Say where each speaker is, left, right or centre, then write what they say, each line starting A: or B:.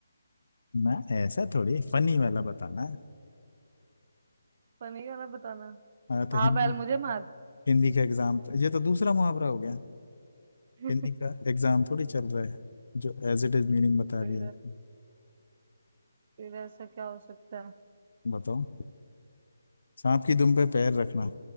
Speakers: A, on the left; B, on the right.
A: ना ऐसा थोड़ी फनी वाला बताना है
B: फनी वाला बताना
A: हाँ तो हिंदी
B: आ बैल मुझे मार
A: हिंदी का एग्जाम ये तो दूसरा मुहावरा हो गया
B: <laughs>
A: हिंदी का एग्जाम थोड़ी चल रहा है जो एज इट इज मीनिंग बता
B: फिर
A: दिया आपने।
B: फिर ऐसा क्या हो सकता है
A: बताओ सांप की दुम पे पैर रखना